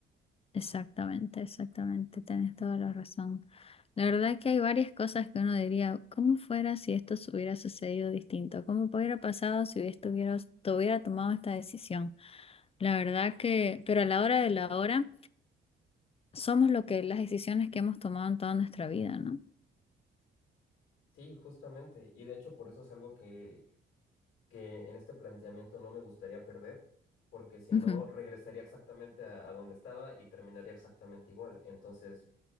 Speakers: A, on the left; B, on the left.
A: Exactamente, exactamente, tenés toda la razón. La verdad que hay varias cosas que uno diría, ¿cómo fuera si esto se hubiera sucedido distinto? ¿Cómo hubiera pasado si estuviera, hubiera tomado esta decisión? La verdad que, pero a la hora de la hora, somos lo que las decisiones que hemos tomado en toda nuestra vida, ¿no?
B: Sí, justamente, y de hecho por eso es algo que que en este planteamiento no me gustaría perder, porque si
A: Ujú,
B: no, regresaría exactamente a, a donde estaba y terminaría exactamente igual. Entonces,